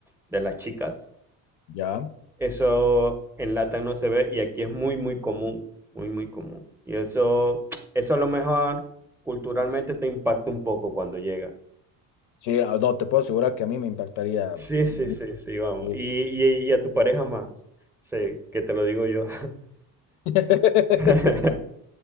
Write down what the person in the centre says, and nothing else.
de las chicas.
Eso en Latam no se ve y aquí es muy, muy común, muy, muy común. Y eso, eso a lo mejor culturalmente te impacta un poco cuando llega.
Sí,
sí, sí, sí, vamos.
Y, y, y a tu pareja más, sí, que te lo digo yo.
<laughs>